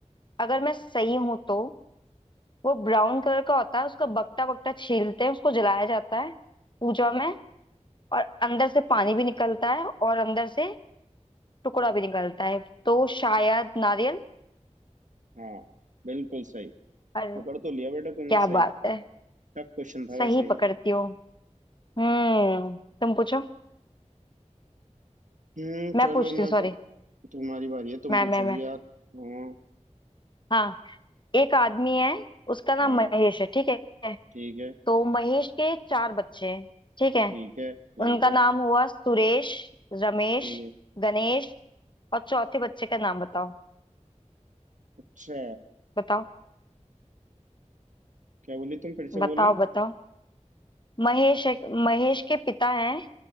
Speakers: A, on the left; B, on the right.
A: अगर मैं सही हूं तो वो ब्राउन कलर का होता है उसका बकटा बकटा छीलते हैं उसको जलाया जाता है पूजा में और अंदर से पानी भी निकलता है और अंदर से टुकड़ा भी निकलता है तो शायद नारियल
B: हाँ बिल्कुल सही
A: अरे
B: पकड़ तो लिया बेटा तुमने
A: क्या
B: सही
A: बात है
B: टफ क्वेश्चन था
A: सही
B: वैसे
A: पकड़ती
B: ये।
A: हूँ हम्म तुम पूछो
B: हम्म
A: मैं
B: चलो
A: पूछती
B: मैं
A: हूँ सॉरी
B: तुम्हारी बारी है तुम
A: मैं
B: पूछोगी
A: मैं मैं
B: यार हाँ
A: हाँ एक आदमी है उसका नाम
B: हाँ
A: महेश है ठीक है
B: ठीक है
A: तो महेश के चार बच्चे हैं ठीक है
B: ठीक है ठीक
A: उनका
B: है
A: नाम हुआ सुरेश रमेश
B: ठीक है
A: गणेश और चौथे बच्चे का नाम बताओ
B: अच्छा
A: बताओ
B: क्या बोली तुम फिर से बोलना
A: बताओ बताओ महेश है- महेश के पिता हैं